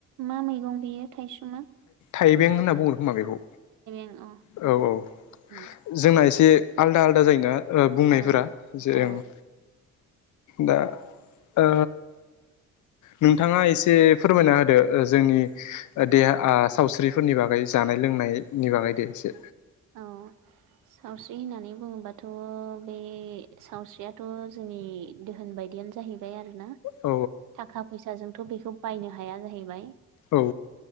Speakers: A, on the right (about 85°); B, on the left (about 75°).
A: मा मैगं बेयो थाइसुमा?
B: थाइबें होनना बुंगोन खोमा बेखौ
A: अ
B: औ औ
A: उम
B: जोंना एसे आलदा आलदा जायोना ओ बुंनायफोरा
A: औ
B: जे
A: औ
B: ओं दा ओ नोंथाङा एसे फोरमायना होदो ओ जोंनि देहा सावस्रिफोरनि बागै जानाय लोंनायनि बागै देएसे
A: औ सावस्रि होननानै बुङोबाथ' बे सावस्रियाथ' जोंनि दोहोन बायदियानो जाहैबाय आरो ना
B: औ
A: थाखा फैसाजोंथ' बेखौ बायनो हाया जाहैबाय।
B: औ